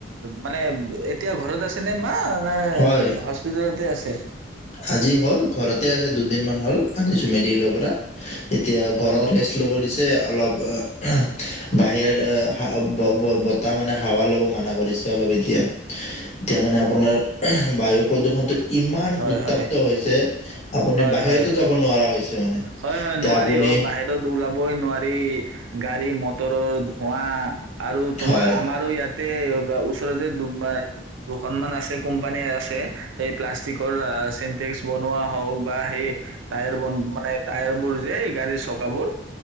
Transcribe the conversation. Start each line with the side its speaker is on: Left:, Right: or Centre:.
Right: মানে এতিয়া ঘৰত আছে <unintelligible>
Left: হয়
Right: <unintelligible> হস্পিতালতে আছে। <unintelligible>
Left: আজি হ'ল ঘৰতে আছে, দুদিন মান হ'ল, আনিছো মেডিকেলৰ পৰা। এতিয়া ঘৰত
Right: অ
Left: ৰেষ্ট ল'ব দিছে। অলপ <unintelligible> বাই। এ' বতাহ মানে হাৱা ল'ব মানা কৰিছে অলপ এতিয়া। এতিয়া মানে আপোনাৰ
Right: অ
Left: বায়ু প্ৰদূষণটো ইমান
Right: হয়
Left: উট।
Right: হয়
Left: তপ্ত হৈছে। আপুনি
Right: হয়
Left: বাহিৰতো
Right: হয়
Left: যাব নোৱাৰা হৈছে, মানে
Right: হয়, হয়
Left: এতিয়া
Right: নোৱাৰি
Left: আপুনি
Right: অ', বাহিৰত ওলাবই নোৱাৰি। গাড়ী মটৰৰ ধোঁৱা। আৰু, তোমাৰ
Left: হয়
Right: আমাৰো ইয়াতে বা ওচৰতে দু-দুখনমান আছে, কোম্পানী আছে। সেই প্লাষ্টিকৰ আ <unintelligible> টেক্স বনোৱা হওঁক বা, সেই ট্ৰায়াৰ বন বনাই টায়াৰ বোৰ যে এই গাড়ীৰ চকাবোৰ